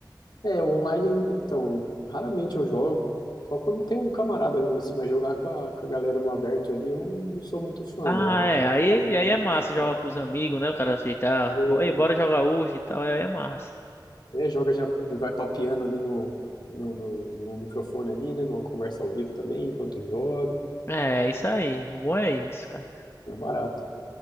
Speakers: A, on the left (about 65°); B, on the left (about 35°).
A: É, o online, então, raramente eu jogo. Só quando tem um camarada mesmo, assim, mas jogar com a, com a galera no aberto ali, eu não, não sou muito fã,
B: Ah,
A: não.
B: é.
A: Tem uma
B: Aí,
A: galera
B: aí
A: muito
B: é massa jogar
A: foda.
B: com os amigos, né? O cara aceitar.
A: O-
B: Bo- Ei, bora jogar hoje e tal. Aí é massa.
A: né, joga já vai papeando ali no, no, no, no microfone ali, né? Numa conversa ao vivo também, enquanto joga.
B: É, é isso aí. O bom é isso, cara.
A: É um barato.